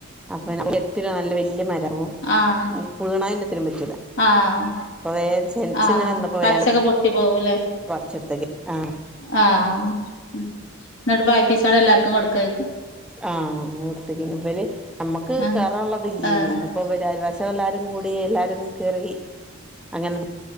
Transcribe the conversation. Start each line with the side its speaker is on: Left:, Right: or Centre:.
Centre: അപ്പൊ നമുക്ക് എത്തില്ല നല്ല വല്ല്യ മരാവും
Left: ആഹ്
Centre: വീണാ എല്ലത്തിനും പറ്റൂല
Left: ആഹ്
Centre: അപ്പൊ വേം ചെൻച്ചിങ്ങനെ
Left: ആഹ്
Centre: നിന്നപ്പോ
Left: പച്ചക്കെ
Centre: വേഅണ്ട്
Left: പൊട്ടി പോവൂലേ
Centre: പറിച്ചെടുത്തേക്കി ആ
Left: ആഹ് ഉം ഇന്നിട്ട് പയ്പ്പീച്ചാണ്ട് എല്ലാർക്കും കൊടുക്കാര്ക്കും
Centre: ആ അങ്ങനെ കൊടുത്തതിന് ഇവല് നമ്മുക്ക്
Left: ആഹ്
Centre: കേറാള്ളത് ഇല്ലേനി
Left: ആഹ്
Centre: ഇപ്പൊ ഇവല് അയൽവാസികള് എല്ലാരും കൂടി എല്ലാരും കേറി അങ്ങനെ